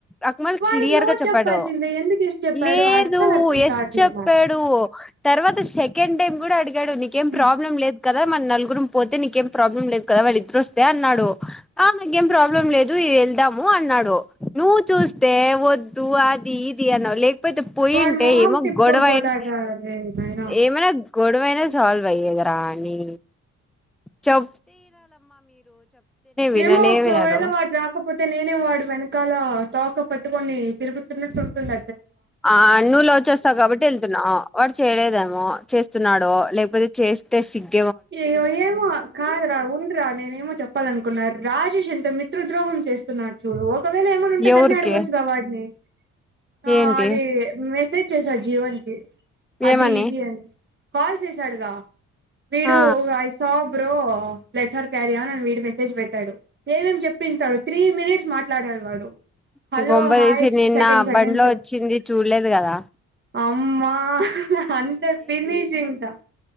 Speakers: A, in the centre; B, on the right (about 40°).
A: అక్మల్
B: వాడు
A: క్లియర్గా
B: నో
A: చెప్పాడు
B: చెప్పాల్సిందే ఎందుకు ఎస్ చెప్పాడు
A: లేదు
B: అస్సలు అర్థం
A: ఎస్
B: కావట్లేదు
A: చెప్పాడు తర్వాత సెకండ్ టైమ్ కూడా అ డు నీకేం
B: నాకైతే
A: ప్రాబ్లం లేదు కదా మన నలుగురం పోతే నీకేం ప్రాబ్లం లేదు కదా వాళ్ళిద్దరుొస్తే అన్నాడు ఆ మీకేం ప్రాబ్లమ్ లేదు వెళ్దాము అన్నాడు నువ్వు చూస్తే వద్ తూ అదిీ ఇదిి అన వలే యితే పోొయింటే
B: వాడు మొహం
A: ఏమో
B: తిప్పుకొని
A: గొడవైనా
B: పోతాడు రా రే నాయనా
A: ఏమైనా గొడవైనా సాల్వ్ అయ్యదరాని చ విననే
B: ఏమో ఒకవేళ
A: వినరు
B: వాడు రాకపోతే నేనే వాడు వెనక చాలా తాక పట్టుకొని తిరుగుతున్నట్టు వుంటుంది
A: ఆ నువ్లో వచ్చేస్తావు కాబట్టి వెళ్తున్నావ వాడు చేయలేదేమో చేస్తున్నాడో లేకపోతే చేస్తే సిగ్
B: ఏయ్యో ఏమో కాదరా ఉండరా నేనే ఏమో చెప్పాలనుకున్నారు. రాజ చింతమ పిత్రృద్రోహం చేస్తున్నాడు చూడు ఒకవేళ ఏమైన్నా ఉంటే
A: ఎవరికి
B: నన్ను అడగొచ్చుగా వాడిని ఆ
A: ఏంటి
B: అది. వచ్చేసారు జీవన్నికి అది
A: ఏమని
B: ఇద అ కాల్ చేసాడుగా విడు
A: ఆ
B: వయిసాబ్ ఇప్పుో లెటర్ క్యారీ అవ్వ నన్న వీడి మెసేజ్ పెట్టాడు. ఏమేం చెప్పింటాడు త్రీ మినిట్స్ మాట్లాడేడు వాడు హలో
A: న గంపదసి
B: హాయ్
A: నిన్న
B: సెకండ్ సెకండ్స్
A: బండ్లో వచ్చింది చూడలేదు కదా
B: అమ్మ అంతే ఫినిష్ ఇంకా